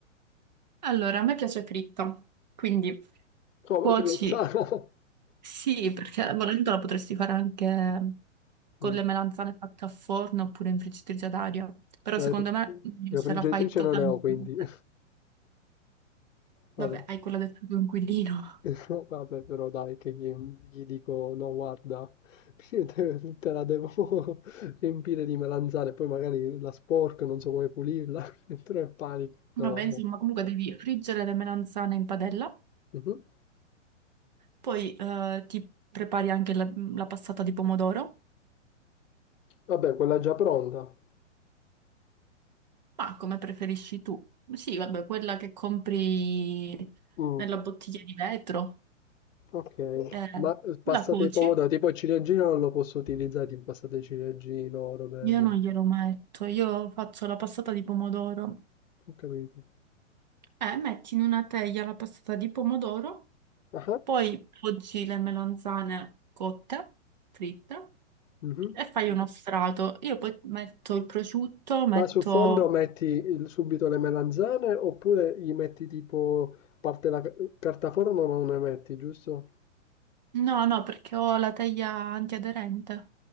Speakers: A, on the right; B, on the left.
A: Allora, a me piace fritta, quindi
B: Come
A: cuoci,
B: fritta? <laughs>
A: sì, perché volendo la potresti fare anche con
B: Mm.
A: le melanzane fatte a forno oppure in friggitrice ad aria. Però
B: La,
A: secondo me
B: la
A: se
B: friggitrice
A: la fai totalmente...
B: non ne ho, quindi... <laughs>
A: Vabbè,
B: Vabbè.
A: hai quella del tuo inquilino.
B: <laughs> Vabbè però dai che gli, gli dico no guarda, <laughs> te la devo <laughs> riempire di melanzane, poi magari la sporco, non so come pulirla, <laughs> entro nel panico.
A: Vabbè,
B: No,
A: insomma,
B: no.
A: comunque devi friggere le melanzane in padella,
B: Mhm.
A: poi eh, ti prepari anche la la passata di pomodoro
B: Vabbè, quella è già pronta.
A: Ma come preferisci tu? Sì, vabbè, quella che compri
B: Mm,
A: nella bottiglia di vetro,
B: ok,
A: eh,
B: ma eh, passate
A: la cuoci.
B: i pomodori, tipo il ciliegino non lo posso utilizzare, tipo passate il ciliegino, roba del
A: Io
B: genere.
A: non glielo metto, io faccio la passata di pomodoro.
B: Ho capito.
A: Eh, metti in una teglia la passata di pomodoro,
B: Ah, ah.
A: poi poggi le melanzane cotte, fritte,
B: mhm.
A: e fai uno strato. Io poi metto il prosciutto, metto...
B: Ma sul fondo metti il subito le melanzane oppure gli metti tipo parte la ca- carta forno non ne metti, giusto?
A: No, no, perché ho la teglia antiaderente.